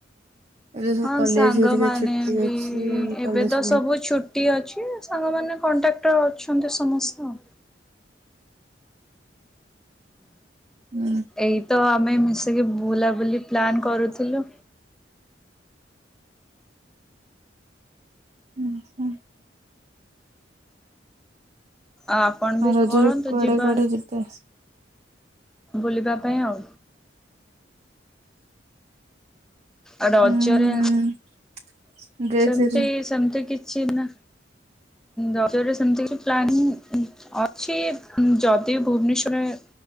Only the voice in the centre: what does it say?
ହଁ
ସାଙ୍ଗମାନେ
ବି
ଏବେ ତ
ସବୁ ଛୁ ଟି ଅଛି ସାଙ୍ଗମାନେ କଣ୍ଟାକ୍ଟର ଅଛନ୍ତି ସମସ୍ତ ଆଉ।
ଏଇ ତ ଆମେ ମିଶିକି ବୁଲାବୁଲି ପ୍ଲାନ୍ କରୁଥିଲୁ
ଆଉ ଆପଣ ବି
କରନ୍ତୁ
ଯିବା
ବୁଲିବା ପାଇଁ ଆଉ। ଆ ରଜରେ
ସେମତି
ସେମତି କିଛି ନା ରଜ ରେ ସେମତି କି ପ୍ଲାନ ଅଛି ଯଦି ଭୁବନେଶ୍ଵରରେ